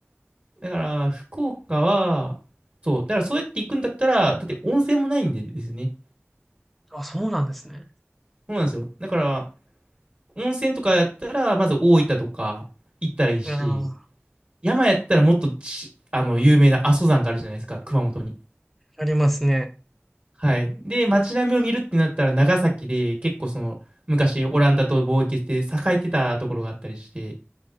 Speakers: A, on the right; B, in the centre.
A: だから、福岡は、そう、だからそうやって行くんだったら、だって温泉もないんでですね。
B: あ、そうなんですね。
A: そうなんですよ。だから、温泉とかやったら、まず大分とか行ったらいいし、
B: いやー、
A: 山やったらもっとち、あの、有名な阿蘇山があるじゃないですか、熊本に。
B: ありますね。
A: はい。で、街並みを見るってなったら、長崎で結構その、昔オランダと貿易して栄えてたところがあったりして、